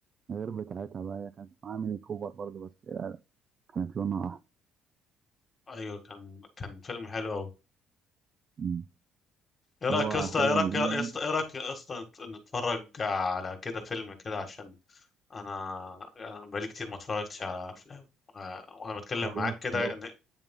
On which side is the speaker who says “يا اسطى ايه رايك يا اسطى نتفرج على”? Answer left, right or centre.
Left